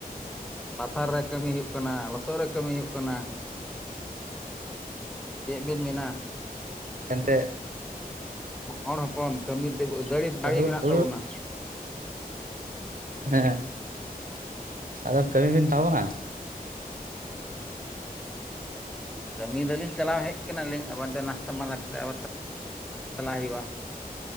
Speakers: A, in the centre; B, on the right (about 60°).
A: ᱯᱟᱛᱷᱟᱨ ᱨᱮ ᱠᱟᱹᱢᱤ ᱦᱩᱭᱩᱜ ᱠᱟᱱᱟ ᱞᱚᱥᱚᱫ ᱨᱮ ᱠᱟᱹᱢᱤ ᱦᱩᱭᱩᱜ ᱠᱟᱱᱟ ᱪᱮᱫ ᱵᱤᱱ ᱢᱮᱱᱟ
B: ᱮᱱᱛᱮ
A: ᱦᱚᱲ ᱦᱚᱯᱚᱱ ᱠᱟᱹᱢᱤ ᱛᱮ ᱫᱟᱲᱮ ᱫᱟᱲᱮ
B: ᱦᱩᱲᱩ
A: ᱢᱮᱱᱟᱜ
B: ᱦᱩᱲᱩ
A: ᱛᱟᱵᱚᱱᱟ
B: ᱦᱮᱸ ᱟᱫᱚ ᱠᱟᱹᱢᱤ ᱵᱤᱱ ᱦᱟᱛᱟᱣ ᱠᱟᱱᱟ?
A: ᱠᱟᱹᱢᱤ ᱫᱚᱞᱤᱧ ᱪᱟᱞᱟᱣ ᱦᱮᱡ ᱠᱟᱱᱟ ᱞᱤᱧ, ᱟᱵᱟᱨ ᱫᱚ ᱱᱟᱥᱛᱟ ᱢᱟᱞᱟ ᱠᱟᱛᱮ ᱟᱵᱟᱨ ᱪᱟᱞᱟᱜ ᱦᱩᱭᱩᱜᱼᱟ